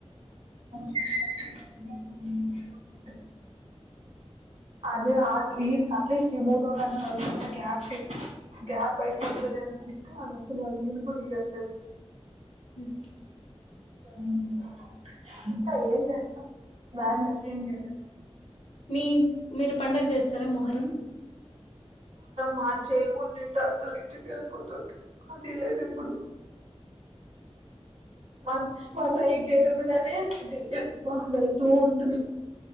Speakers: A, on the right; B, on the left.
A: <unintelligible> అది ఆ ఇట్ కట్లీస్ట్ ఈ మూడు రోజులన్న <unintelligible> గ్యాప్ గ్యాప్ అయిపోదులేఅన్కుంటు అది ఆసలు వాళ్ళ ఈయన కూడా ఇయ్యారూ తెలుస్
B: ఉమ్
A: ఉమ్ అంతా ఏం చేస్తాం దారిలేక్క ఏం చేయలేం
B: మీ మీరు పడుగ చేస్తారా మొహరం
A: మా చెల్లి ఉండిటే అతోల్ల ఇంటికి వెళ్ళిపోతుంటి అది లేదు ఇప్పుడు మా మా సైడ్ జరుగుదనే ఇది బాగా వెళ్తూ ఉంటుమి